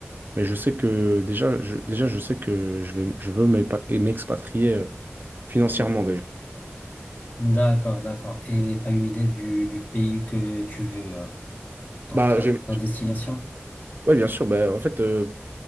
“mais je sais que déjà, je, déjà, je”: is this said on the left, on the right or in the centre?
Right